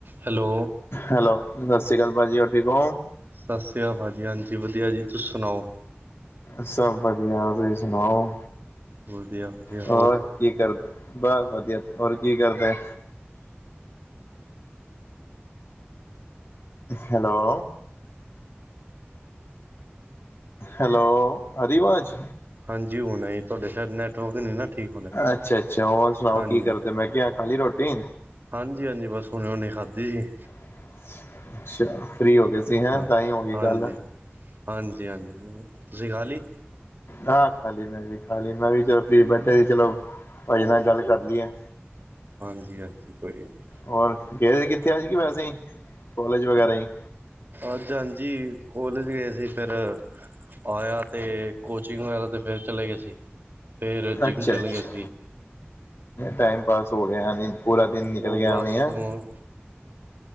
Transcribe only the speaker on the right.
ਹੈਲੋ
ਸਤਿ ਸ਼੍ਰੀ ਅਕਾਲ ਭਾਅ ਜੀ ਹਾਂਜੀ ਵਧੀਆ ਜੀ, ਤੁਸੀ ਸੁਣਾਓ?
ਵਧੀਆ ਵਧੀਆ
ਹਾਂਜੀ ਹੁਣੇ। ਤੁਹਾਡੇ ਸ਼ਾਇਦ ਨੈਟਵਰਕ ਨਹੀਂ ਨਾ ਠੀਕ ਹੋਣਾ
ਹਾਂਜੀ।
ਹਾਂਜੀ, ਹਾਂਜੀ ਬਸ ਹੁਣੇ ਹੁਣੇ ਖਾਧੀ ਸੀ।
ਹਾਂ,
ਹਾਂਜੀ-ਹਾਂਜੀ-ਹਾਂਜੀ,
ਤੁਸੀਂ ਖਾ ਲਈ?
ਹਾਂਜੀ-ਹਾਂਜੀ ਕੋਈ ਨਹੀਂ।
ਅੱਜ ਹਾਂਜੀ ਕੋਲੇਜ ਗਏ ਸੀ ਫਿਰ। ਆਇਆ ਤੇ ਕੋਚਿੰਗ ਵਗੈਰਾ ਤੇ ਫਿਰ ਚਲੇ ਗਏ ਸੀ, ਫੇਰ ਜਿੰਮ
ਚਲੇ
ਗਏ ਸੀ।
ਉਹ
ਬਸ
ਹੁਣ